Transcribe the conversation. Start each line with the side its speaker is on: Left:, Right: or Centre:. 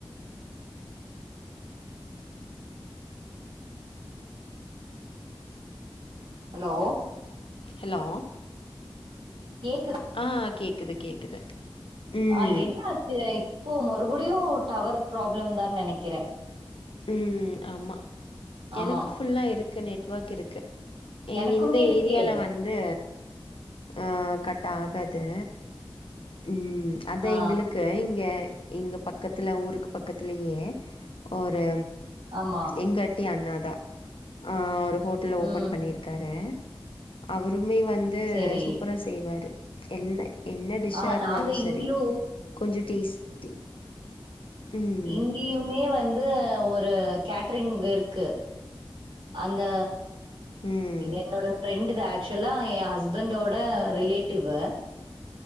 Right: hello
Left: hello
Right: கேக்கு
Left: ஆ கேக்குது கேக்குது ம்
Right: ஆ என்ன ஆச்சு இப்போ மறுபடியு டவர் ப்ராப்ளம் தா நினைக்கிறே
Left: ம் ஆமாம்
Right: ஆமா
Left: எனக்கு ஃபுல்லா இருக்கு நெட்வொர்க் இருக்கு எங்க
Right: எனக்குமே
Left: இந்த
Right: இருக்கே
Left: ஏரியால வந்து ஆ கட் ஆகாது ம் அத
Right: ஆ
Left: எங்களுக்கு இங்க எங்க பக்கத்துல ஊருக்கு பக்கத்துலயே ஒரு
Right: ஆமா
Left: எங்க ஏ அண்ணா தா ஆ ஒரு ஹோட்டல் ஓபன்
Right: ம்
Left: பண்ணியிருக்காரு அவருமே வந் து
Right: செரி
Left: சூப்பரா செய்வாரு என்ன என்
Right: ஆமா
Left: இத இருந்தாலு
Right: நாங்க
Left: சேரி
Right: இங்கயு
Left: கொஞ்சோ டேஸ்டி ம்
Right: இங்கேயுமே வந்து ஒரு கேட்டரிங் இருக்கு அந்த
Left: ம்
Right: என்னோட ஃபிரெண்டு தா ஆக்சு இதெல்லா ஏ ஹஸ்பண்டோட ரிலேட்டிவ்வு